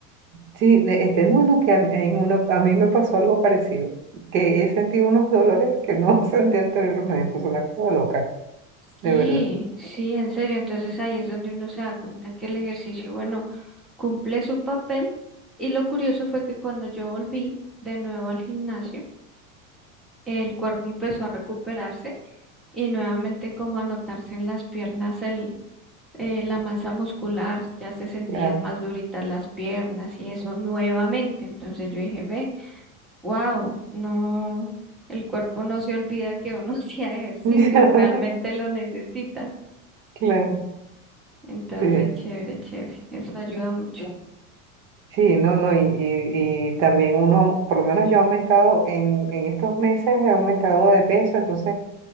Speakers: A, on the right; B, in the centre.
A: Sí, de- este, no, no, que a, en uno, a mí me pasó algo parecido, que he sentido unos dolores que no <laughs> sentí anteriormente, es una cosa loca,
B: sí,
A: de verdad,
B: sí, en serio. Entonces ahí es donde uno se da cuenta que el ejercicio, bueno, cumple su papel. Y lo curioso fue que cuando yo volví de nuevo al gimnasio, el cuerpo empezó a recuperarse y nuevamente como anotarse en las piernas el, eh, la masa muscular, ya se sentían
A: claro,
B: más duritas las piernas y eso nuevamente. Entonces yo dije, ve, wow, no, el cuerpo no se olvida que uno <laughs> hacía ejercicio,
A: <laughs>
B: realmente lo necesita.
A: claro,
B: Entonces,
A: sí.
B: chévere, chévere, eso ayuda mucho.
A: Sí, no, no, y, y, y también uno, por lo menos yo he aumentado en, en estos meses, he aumentado de peso, entonces,